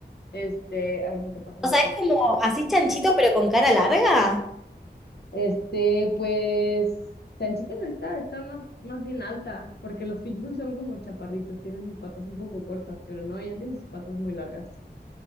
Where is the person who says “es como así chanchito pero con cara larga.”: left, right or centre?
Centre